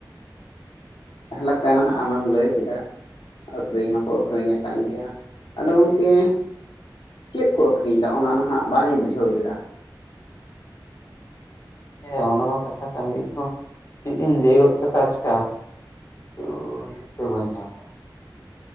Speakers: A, on the left; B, on the left.
A: ᱡᱟᱦᱟᱸ ᱞᱮᱠᱟ ᱱᱟᱦᱟᱜ ᱟᱢᱮᱢ ᱞᱟᱹᱭ ᱠᱮᱫᱟ ᱟᱠᱷᱨᱤᱧ ᱢᱟᱠᱚ ᱟᱠᱷᱨᱤᱧ ᱟᱠᱟᱱ ᱜᱮᱭᱟ ᱟᱫᱚ ᱜᱚᱝᱠᱮ ᱪᱮᱫ ᱠᱚ ᱟᱹᱠᱷᱤᱨᱤᱧ ᱮᱫᱟ ᱚᱱᱟ ᱱᱟᱦᱟᱜ ᱵᱟᱝᱤᱧ ᱵᱩᱡᱷᱟᱹᱣ ᱞᱮᱫᱟ
B: ᱦᱮᱸ ᱚᱱᱟ ᱢᱟ ᱠᱟᱛᱷᱟ ᱠᱟᱱ ᱜᱮ ᱤᱧᱦᱚᱸ ᱪᱮᱫ ᱤᱧ ᱞᱟᱹᱭ ᱜᱚᱫ ᱠᱟᱫᱟ ᱟᱪᱠᱟ ᱛᱚ ᱫᱤᱥᱟᱹ ᱵᱟᱹᱧ ᱧᱟᱢ ᱮᱫᱟ